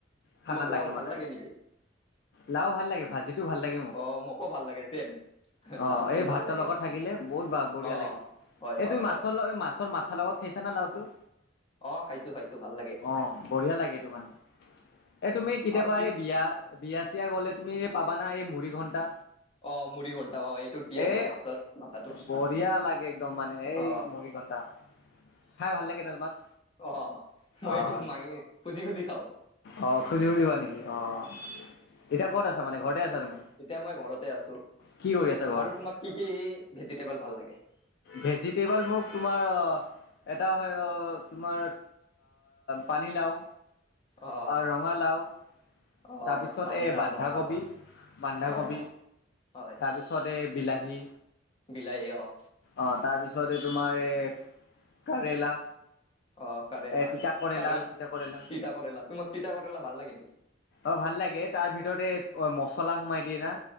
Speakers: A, on the left (about 55°); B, on the left (about 30°).
A: খানা
B: তোমাক লাও ভাল
A: মানে।
B: লাগে নেকি?
A: লাও ভাল লাগে ভাজিটো ভাল লাগে মোক।
B: অ', মোকো ভাল লাগে ছেম
A: অঁ
B: লাওটো
A: এই
B: ভাল
A: ভাতৰ
B: লাগে
A: লগত থাকিলে বহুত বঢ়িয়া
B: অ
A: লাগে
B: হয়
A: এইটো
B: হয়
A: মাছৰ
B: হয়
A: লগ মাছৰ মাথাাৰ লগত খাইছা না লাওটো
B: অ খাইছো, খাইছো, ভাল লাগে
A: অ বঢ়িয়া লাগে তোমাক, এই তুমি কেতিয়াবা
B: আৰু কি
A: এই বিয়া বিয়া চিয়া গ'লে তুমি পাবানা, এই মুৰি ঘণ্টা।
B: অ মুৰি ঘন্টা অ এইটো দিয়ে
A: এ,
B: না মাছৰ মাথাটো
A: বঢ়িয়া লাগে একদম মানে, এই
B: অ
A: মুৰিঘন্তা খাই ভাল লাগে ন? তোমাক।
B: অঁ, মই
A: অ',
B: এইটো মাঙি খুজি খুজি, খাওঁ।
A: অ খুজি খুজিবা নেকি অ' এতিয়া ক'ত আছা, মানে ঘৰতে আছা তুমি।
B: এতিয়া মই ঘৰতে আছো,
A: কি কৰি আছা ঘৰত?
B: আৰু তোমাক কি কি ভেজিটেবল ভাল লাগে?
A: ভেজিটেবল, মোক তোমাৰ এটা হয়, তোমাৰ, পানীলাও,
B: অ
A: ৰঙালাও,
B: অ
A: তাৰপিছত,
B: পানীলাও
A: এ বন্ধাকবি,
B: ৰঙালাও
A: বন্ধাকবি
B: অ <inaudible>
A: তাৰপিছতে, এই বিলাহী,
B: বিলাহী, অঁ।
A: অঁ তাৰপিছতে, তোমাৰ এই, কেৰেলা।
B: অঁ কৰেলা
A: এ তিতা
B: কৰেলা,
A: তিতা কেৰেলা
B: তিতা কৰেলা তোমাক তিতা কৰেলা ভাল লাগে নেকি?
A: অঁ ভাল লাগে, তাৰ ভিতৰেত এই, অ মচলা সোমাই দিয়ে না।